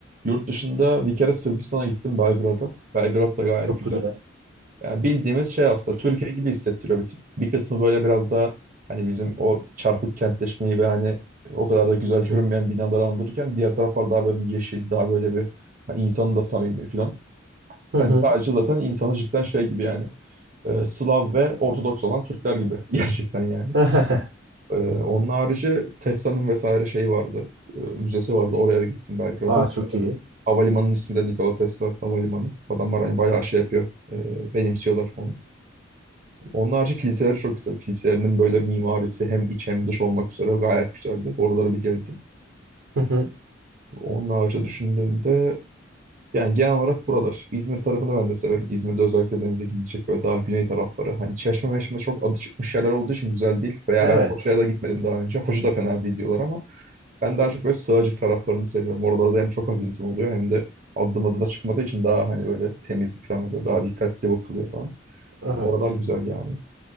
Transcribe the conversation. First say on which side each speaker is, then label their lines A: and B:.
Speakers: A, on the right (about 40°); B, on the right (about 80°).
A: yurt dışında bir kere Sırbistan'a gittim Belgrad'a. Belgrad da gayet
B: Çok
A: güzel.
B: güzel.
A: Yani bildiğimiz şey aslında Türkiye
B: Evet.
A: gibi hissettiriyor bir tık. Bir kısmı böyle biraz daha hani bizim o çarpık kentleşmeyi ve hani o kadar da güzel görünmeyen binaları andırırken diğer taraflar daha böyle bir yeşil, daha böyle bir hani insanı da samimi falan.
B: Hı
A: Hani
B: hı.
A: sadece zaten insanı cidden şey gibi yani e, Slav ve Ortodoks olan Türkler gibi <laughs> gerçekten yani.
B: <laughs>
A: E, onun harici Tesla'nın vesaire şey vardı. e, müzesi vardı. Oraya bir gittim Belgrad'a.
B: Aa çok iyi.
A: Havalimanının ismi de Nikola Tesla Havalimanı. Adamlar hani bayağı
B: A-
A: şey yapıyor. e, benimsiyorlar onu. Onun harici kiliseleri çok güzel. Kiliselerinin böyle mimarisi hem iç hem dış olmak üzere gayet güzeldi. Oraları bir gezdim.
B: Hı hı.
A: Onun harici düşündüğümde Yani genel olarak buralar. İzmir tarafını ben de severim. İzmir'de özellikle denize gidilecek böyle daha güney tarafları. Hani Çeşme meşme çok adı çıkmış yerler olduğu için güzel değil. Veya
B: Evet.
A: ben Foça'ya da gitmedim daha önce. Foça da fena değil diyorlar ama ben daha çok böyle Sığacık taraflarını seviyorum. Oralarda hem çok az insan oluyor hem de adım adı da çıkmadığı için daha hani böyle temiz bir falan oluyor. Daha dikkatli bakılıyor falan.
B: Evet.
A: Oralar güzel yani.